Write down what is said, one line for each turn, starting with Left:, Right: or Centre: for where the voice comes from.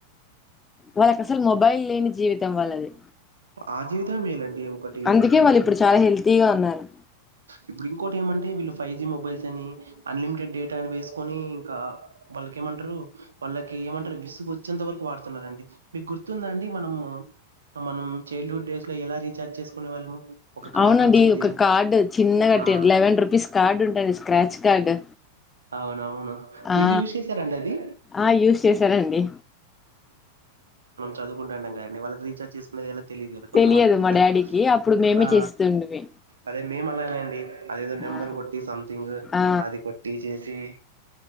Left: వాళ్ళకి అసలు మొబైల్ లేని జీవితం వాళ్ళది
Right: ఆ జీవితమే మేలండి ఒకటి
Left: అందుకే
Right: అది
Left: వాళ్ళు
Right: బ్రదు
Left: ఇప్పుడు చాలా హెల్దీగా ఉన్నారు
Right: ఇప్పుడు ఇంకోటి ఏమంటే వీళ్ళు ఫైవ్ జి మొబైల్స్ అని అన్లిమిటెడ్ డేటా అని వేసుకొని ఇకా బల్కేమంటారు వాళ్ళకి ఏమంటారు విసుగు వచ్చేంత వరకు వాడుతున్నరాండి మీకు గుర్తుందా అండి మనం మనం చైల్డ్హుడ్ డేస్ లో ఎలా రీచార్జ్ చేసుకునే వాళ్ళము ఒక కార్డు
Left: అవునండి
Right: వచ్చేది
Left: ఒక కార్డు చిన్నగా ట్టి
Right: ఆ
Left: లెవెన్ రూపీస్ కార్డ్ ఉంటాండి స్క్రాచ్ కార్డ్ కార్డు
Right: అవునవును అవునా మీరు
Left: ఆ
Right: యూస్ చేసారండి అది
Left: ఆ యూస్ చేశారండి
Right: చదువుకుంటాం కానీ వాళ్కి రీచార్జ చేసుకునేది తెలిదు కొంతమంది
Left: తెలియదు మా డాడీకి అప్పుడు మేమే
Right: ఆ
Left: చేస్తుంటిమి
Right: అదే మేము అలానే అండి అదేదో నెంబర్
Left: ఆ
Right: కొట్టి సంథింగ్
Left: ఆ
Right: అది కొట్టి చేసి